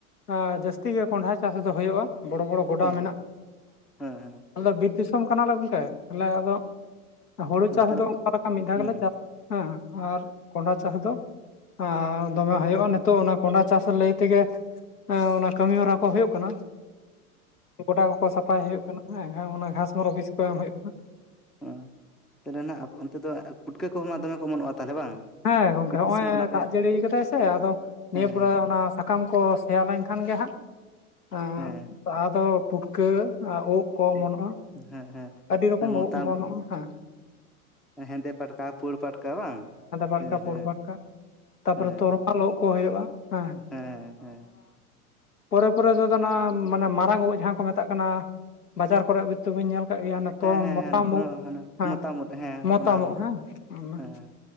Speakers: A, on the left; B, in the centre.
A: ᱟᱸ ᱡᱟᱹᱥᱛᱤ ᱜᱮ ᱠᱚᱸᱰᱦᱟ ᱪᱟᱥ ᱫᱚ ᱦᱳᱭᱳᱜᱼᱟ ᱵᱚᱲᱚ ᱵᱚᱲᱚ ᱜᱚᱰᱟ
B: ᱦᱮᱸ
A: ᱢᱮᱱᱟᱜᱼᱟ
B: ᱦᱮᱸ ᱦᱮᱸ
A: ᱟᱞᱮ ᱫᱚ ᱵᱤᱨ ᱫᱤᱥᱚᱢ ᱠᱟᱱᱟᱞᱮ ᱜᱚᱝᱠᱮ᱾ ᱛᱟᱞᱮ ᱟᱫᱚ ᱦᱳᱲᱳ
B: ᱚ
A: ᱪᱟᱥ
B: ᱛᱟᱦᱚᱞᱮ
A: ᱫᱚ ᱚᱱᱠᱟ ᱞᱮᱠᱟ ᱢᱤᱫ ᱫᱷᱟᱣ
B: ᱦᱩᱸ
A: ᱜᱮᱞᱮ ᱪᱟᱥ ᱟ ᱦᱟᱸᱜ ᱟᱨ ᱠᱚᱸᱰᱷᱟ ᱪᱟᱥ ᱫᱚ ᱟᱸ ᱫᱚᱢᱮ ᱦᱩᱭᱩᱜᱼᱟ ᱱᱤᱛᱚᱜ ᱚᱱᱟ ᱠᱚᱸᱰᱷᱟ ᱪᱟᱥ ᱞᱟᱹᱭ ᱛᱮᱜᱮ ᱟᱸ ᱚᱱᱟ ᱠᱟᱹᱢᱤ ᱦᱚᱨᱟ ᱠᱚ ᱦᱩᱭᱩᱜ ᱠᱟᱱᱟ ᱜᱚᱰᱟ ᱠᱚᱠᱚ ᱥᱟᱯᱷᱟᱭ ᱦᱩᱭᱩᱜ ᱠᱟᱱᱟ ᱦᱮᱸ ᱟᱨ ᱚᱱᱟ ᱜᱷᱟᱥᱢᱚᱨᱚ ᱵᱤᱥ ᱠᱚ ᱮᱢ ᱦᱩᱭᱩᱜ ᱠᱟᱱᱟ
B: ᱚ ᱛᱟᱞᱦᱮ ᱱᱟᱜ ᱟᱯᱮ ᱚᱱᱛᱮ ᱫᱚ ᱯᱩᱴᱠᱟᱹ ᱠᱚ ᱢᱟ ᱫᱚᱢᱮ ᱠᱚ ᱚᱢᱚᱱᱚᱜᱼᱟ ᱛᱟᱞᱦᱮ ᱵᱟᱝ᱾
A: ᱦᱮᱸ ᱜᱚᱝᱠᱮ
B: ᱵᱤᱨ
A: ᱦᱚᱜ
B: ᱫᱤᱥᱚᱢ
A: ᱼᱚᱭ
B: ᱠᱟᱱᱟ ᱯᱮ
A: ᱫᱟᱜ ᱡᱟᱹᱲᱤᱭ ᱠᱟᱫᱟᱭ ᱥᱮ ᱦᱮ ᱟᱫᱚ ᱱᱤᱭᱟᱹ
B: ᱦᱮᱸ
A: ᱯᱚᱨᱮ ᱚᱱᱟ ᱥᱟᱠᱟᱢ ᱠᱚ ᱥᱮᱭᱟ ᱞᱮᱱᱠᱷᱟᱱ ᱜᱮ ᱦᱟᱸᱜ ᱟᱸ
B: ᱦᱮᱸ
A: ᱞᱟᱦᱟ ᱫᱚ ᱯᱩᱴᱠᱟᱹ ᱩᱫ ᱠᱚ
B: ᱦᱮᱸ
A: ᱚᱢᱚᱱᱚᱜᱼᱟ
B: ᱦᱮᱸ ᱦᱮᱸ
A: ᱟᱹᱰᱤ ᱨᱚᱠᱚᱢ
B: ᱦᱮᱸ ᱢᱚᱛᱟᱢ
A: ᱩᱸ ᱚᱢᱚᱱᱚᱜᱼᱟ ᱦᱮᱸ
B: ᱦᱮᱸᱫᱮ ᱯᱟᱴᱠᱟ ᱯᱩᱲ ᱯᱟᱴᱠᱟ ᱵᱟᱝ
A: ᱟᱨᱠᱟ
B: ᱦᱮᱸ
A: ᱯᱩᱲ
B: ᱦᱮᱸ
A: ᱯᱟᱴᱠᱟ ᱛᱟᱯᱚᱨᱮ
B: ᱦᱮᱸ
A: ᱛᱚᱨᱚᱢᱟᱞ ᱳᱫ ᱠᱚ ᱦᱳᱭᱳᱜᱼᱟ ᱦᱮ
B: ᱦᱮᱸ ᱦᱮᱸ ᱦᱮᱸ
A: ᱯᱚᱨᱮ ᱯᱚᱨᱮ ᱛᱮᱫᱚ ᱱᱟ ᱢᱟᱱᱮ ᱢᱟᱨᱟᱝ ᱳᱜ ᱡᱟᱦᱟᱸ ᱠᱚ ᱢᱮᱛᱟᱜ ᱠᱟᱱᱟ᱾ ᱵᱟᱡᱟᱨ ᱠᱚᱨᱮ ᱵᱷᱤᱛᱩ ᱵᱤᱱ ᱧᱮᱞ ᱟᱜ ᱜᱮᱭᱟ ᱛᱚᱨᱚᱱ
B: ᱦᱮᱸ ᱦᱮᱸ
A: ᱢᱚᱛᱟᱢᱚᱜ
B: ᱦᱟᱱᱟ
A: ᱦᱮᱸ
B: ᱢᱚᱛᱟᱢ ᱩᱫ ᱦᱮᱸ
A: ᱢᱚᱛᱟᱢᱚᱜ
B: ᱚᱱᱟ ᱦᱚᱸ
A: ᱦᱮᱸ ᱚᱱᱟ
B: ᱦᱮᱸ